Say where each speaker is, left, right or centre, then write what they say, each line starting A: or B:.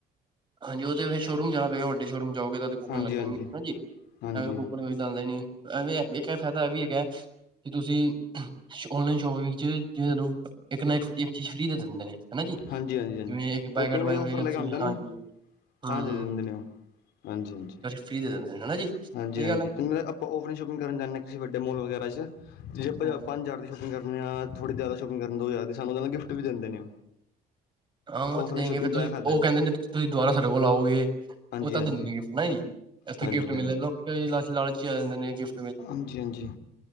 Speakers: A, on the right; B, on the left.
A: ਹਾਂਜੀ ਉਹ ਤੇ ਫਿਰ, ਸ਼ੋਰੂਮ ਜਾਣਾ ਪਏਗਾ ਵੱਡੇ ਸ਼ੋਰੂਮ ਜਾਓਗੇ, ਤਦੇ ਕੂਪਨ
B: ਹਾਂਜੀ
A: ਲੱਗਣਗੇ
B: ਹਾਂਜੀ
A: ਹਾੰਜੀ,
B: ਹਾਂਜੀ
A: ਐਵੇਂ ਕੂਪਨ ਕੋਈ ਲਾਂਦਾ ਨੀ। ਐਵੇਂ ਵੇਖੇਐ, ਫੈਦਾ ਐਵੀ ਹੈਗੈ, ਕਿ ਤੁਸੀਂ 'ਔਨਲਾਈਨ ਸ਼ੋਪਿੰਗ' 'ਵਿੱਚ ਜਿਵੇ ਤਾਨੂੰ ਇੱਕ ਨਾ ਇੱਕ ਚੀਜ਼, ਫ੍ਰੀ ਦੇ ਦਿੰਦੇ ਨੇ। ਹਨਾ ਜੀ।
B: ਹਾਂਜੀ ਹਾਂਜੀ ਹਾਂਜੀ
A: ਜਿਵੇਂ ਇੱਕ ਬਾਏ
B: ਉਹ ਕਈ
A: ਗੈਟ ਵੇਗੈਟ
B: ਵਾਰੀ ਔਫਰ ਲੈ ਕੇ
A: ਫ੍ਰੀ
B: ਆਉਂਦਾ ਨਾ
A: ਹਾਂਜੀ। ਹੂੰ
B: ਤਾਂ ਦੇ ਦਿੰਦੇ ਨੇ, ਔ। ਹਾਂਜੀ-ਹਾਂਜੀ-
A: ਫ੍ਰੀ ਦੇ ਦਿੰਦੇ ਨੇ ਹਨਾ ਜੀ
B: ਹਾਂਜੀ-
A: ਸਹੀ
B: ਹਾਂਜੀ,
A: ਗੱਲ ਹੈ
B: ਕਿਣੇ ਅਪਾਂ ਔਫਲਾਈਨ ਸ਼ੋਪਿੰਗ ਕਰਨ ਜਾਂਨੇ ਆਂ ਕਿਸੇ ਵੱਡੇ ਮੋਲ ਵਗੈਰਾ 'ਚ ਜੇ ਅਪਾ
A: ਹੂੰ
B: ਜਾ ਪੰਜ- ਹਜ਼ਾਰ ਦੀ ਸ਼ੋਪਿੰਗ ਕਰਨੇ ਆਂ ਥੋੜੀ ਜਿਆਦਾ ਸ਼ੋਪਿੰਗ ਕਰਨ ਦੋ ਹਜਾਰ ਦੀ, ਸਾੰਨੂ ਉਦੇ ਨਾਲ ਗਿਫਟ ਵੀ ਦਿੰਦੇ ਨੇ
A: ਆਓਗਾ
B: ਔਫਲਾਈਨ
A: ਤੇ, ਦੇਂਗੇ
B: ਸ਼ੋਪਿੰਗ
A: ਫੇਰ ਤੁਸੀਂ
B: ਦਾ ਇਹ ਫਾਇਦਾ
A: ਔ
B: ਹੈ
A: ਕੈੰਦੇ ਨੇ, ਤੁਸੀਂ ਦੁਬਾਰਾ ਸਾਡੇ ਕੋਲ ਆਓਗੇ,
B: ਹਾਂਜੀ
A: ਔ ਤਾ
B: ਹਾਂਜੀ
A: ਦਿੰਣੀ ਗਿਫਟ ਨਹੀਂ ਜੀ, ਐਥੇ
B: ਹਾਂਜੀ
A: ਗਿਫਟ
B: ਹਾਂਜੀ
A: ਮਿਲੇ ਲੋਕ ਕਈ ਲਾ ਲਾਲਚ'ਚ ਆ ਜਾਂਦੇ ਨੇ ਗਿਫ
B: ਹਾਂਜੀ-ਹਾਂਜੀ।